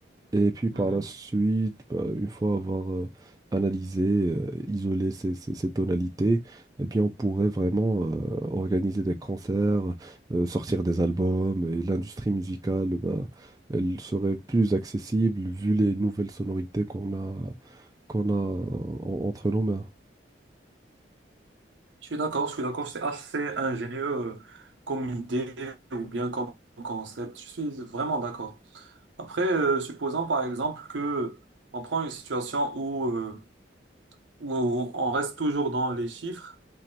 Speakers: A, on the right (about 20°); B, on the right (about 85°).
A: Et puis par
B: Mhm.
A: la suite, bah, une fois avoir euh, analysé, euh, isolé ces, ces- ces tonalités, eh bien, on pourrait vraiment euh, organiser des concerts, euh, sortir des albums, et l'industrie musicale, bah, elle serait plus accessible vu les nouvelles sonorités qu'on a, qu'on a euh, en- entre nos mains.
B: Je suis d'accord, je suis d'accord, c'est assez ingénieux euh, comme idée ou bien comme concept. Je suis vraiment d'accord. Après, euh, supposons par exemple que on prend une situation où, euh, où on reste toujours dans les chiffres,